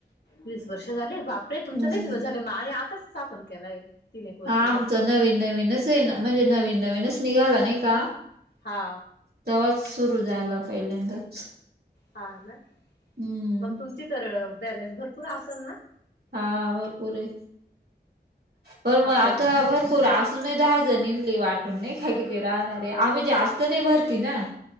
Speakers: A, on the left; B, on the right.
A: वीस वर्ष झाले बापरे तुमचा
B: हम्म
A: नाही दिवस आणि आताच स्ा आपण केलाय तीन एक वर्ष
B: हा
A: झाले
B: आमचं नवीन नवीनच आहे ना म्हणजे नवीन नवीनच निघाला नाही का
A: हा
B: जवाज सुरू झाला पहिल्यांदाच
A: हा ना
B: हम्म
A: मग तुमची तर बॅलेन्स भरपूर असेल ना
B: हा भरपूर आहे पण मग
A: अकाउंट
B: आता भरपूर असून दहा नमली वाटून नाही खा कि ते राहणारे आम्ही जास्त ते भरती ना